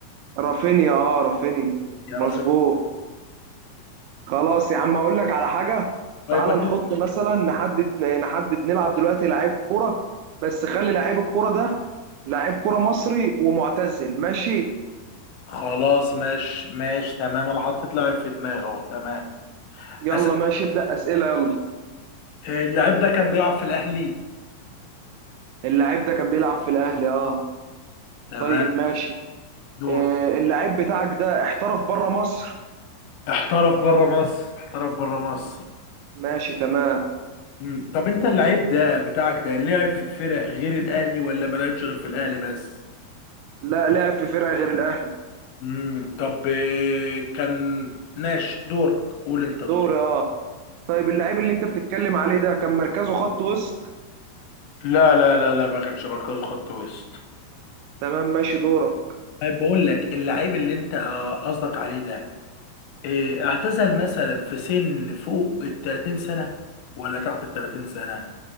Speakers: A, on the right (about 85°); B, on the left (about 80°).
A: رافينيا اه رافينيا
B: يا
A: مظبوط
B: رافايين
A: خلاص يا عم اقول لك على حاجه
B: يبقى
A: تعال
B: كده
A: نحط مثلا نحدد نحدد نلعب دلوقتي لعيب كرة بس خلي لعيب الكرة ده لعيب كرة مصري ومعتزل ماشي
B: خلاص ماشي ماشي تمام انا حطيت لاعب في دماغي اهو تمام
A: يلا
B: اسال
A: ماشي ابدأ أسئلة يلا
B: اللاعب ده كان بيلعب في الاهلي
A: اللعيب ده كان بيلعب في الأهلي اه
B: تمام
A: طيب ماشي
B: دورك
A: آه اللعيب بتاعك ده احترف بره مصر
B: احترف بره مصر احترف بره مصر
A: ماشي تمام
B: مم. طب انت اللاعب ده بتاعك ده لعب في فرق غير الاهلي ولا ما لعبش غير في الاهلي بس
A: لا لعب في فرقة غير الأهلي
B: مم. طب آه، كان ماشي دورك قول انت دورك
A: دوري اه طيب اللعيب اللي انت بتتكلم عليه ده كان مركزه خط وسط
B: لا لا لا لا ما كانش مركزه خط وسط
A: تمام ماشي دورك
B: طيب بقول لك اللعيب اللي انت آه، قصدك عليه ده إيه، اعتزل مثلا في سن فوق ال 30 سنة ولا تحت ال 30 سنة؟